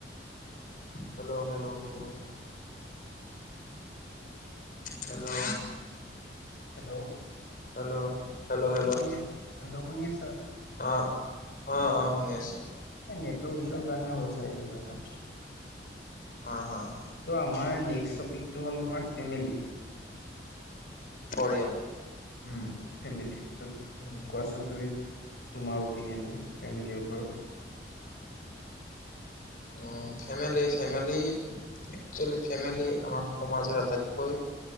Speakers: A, on the left (about 50°); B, on the left (about 65°).
A: hello hello hello hello
B: hello
A: hello hello hello
B: আছো, হেল্ল' শুনি আছা
A: অঁ অঁ অঁ শুনি আছো।
B: এ নেটৱৰ্ক ইছ্যুৰ কাৰণে হ'ল চাগে কিবা এটা।
A: হঁ হঁ হঁ।
B: ত' আমাৰ নেক্স টপিকটো হ'ল তোমাৰ ফেমিলি।
A: পৰিয়াল।
B: উম' ফেমিলি তত
A: উম,
B: কোৱাচোন তুমি। তোমাৰ অপিনিয়নটো, ফেমিলিৰ ওপৰত।
A: Um' family family- actually family আমাৰ সমাজৰ আটাইতকৈ